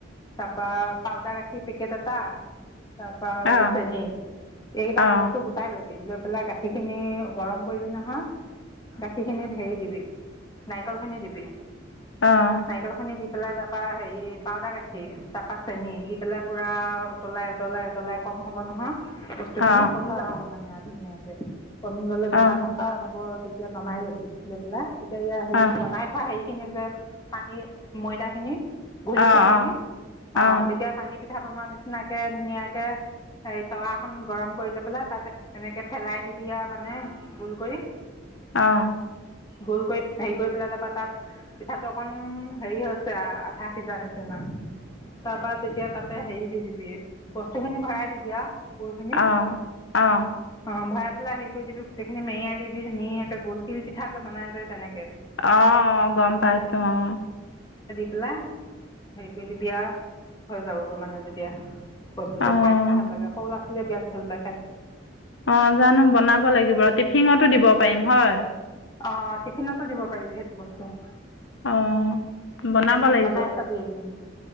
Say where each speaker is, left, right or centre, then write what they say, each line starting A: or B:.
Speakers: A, on the left; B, on the left.
A: তাৰপা পাউদাৰ গাখীৰ কি পিকেট এটা তাৰ পৰা আৰু
B: অঁ
A: চেনী, এইকেইটা
B: অঁ অঁ
A: বস্তু গোটাই ল'বি। লৈ পেলাই গাখীৰখিনি গৰম কৰিবি নহয়। গাখীৰখিনিত হেৰি দিবি নাৰিকলখিনি দিবি।
B: অঁ অঁ
A: নাৰিকলখিনি দি পেলাই তাপা হেৰি, পাউদাৰ গাখীৰ, তাপা চেনি দি পেলাই পুৰা উতলাই-উতলাই, উতলাই কম হ'ব নহয় বস্তুখিনি,
B: অঁ
A: কমি যাবগৈ মানে ধুনীয়াকে কমি গ'লে গোটা
B: অঁ অঁ
A: নিচিনা হ'ব। তেতিয়া নমাই ল'বি, লৈ পেলাই তেতিয়া হেৰি,
B: অঁ
A: বনাই খোৱা হেৰি। খিনি যে, পানীৰ ময়দা খিনি গুলি
B: অঁ
A: থোৱা খিনি, অ
B: অঁ
A: তেতিয়া পানী পিঠা বনোৱা নিচিনাকে ধুনীয়াকে, হেই তাৱখন গৰম কৰি লৈ পেলাই তাতে এনেকে ফেলাই দিবি আও মানে গোল কৰি।
B: অহ
A: গুলকৈ হেৰি কৰি পেলাই তাৰপৰা তাত পিঠাটো অকন হেৰি হৈছে আ আধা সিজা নিচিনা। তাৰপৰা তেতিয়া তাত হেৰি দি দিবি, বস্তু খিনি ভৰাই দিবি আ। কাপোৰখিনি,
B: অঁ অঁ
A: অঁ ভাই ঘিলা হেৰি কৰি দিবি গোটেইখিনি মেৰিয়াই দিবি ধুনীয়াকে গুল তিল পিঠা বনাই যে তেনেকে
B: অঁ গম পাইছো আও
A: পেলে হেৰি কৰি দিবি আও হৈ যাবগৈ মানে তেতিয়া। বস্তুটো,
B: অঁ
A: খাই বৰ ভাল লাগে সৌলা বিৰাট ভাল পাই খাই
B: অঁ জানো বনাব লাগিব টিফিনতো দিব পাৰিম হয়
A: অঁ, টিফিনতো দিব পাৰিবি সেইটো বস্তু।
B: অ বনাব লাগিব।
A: বনাই চাবি এদিন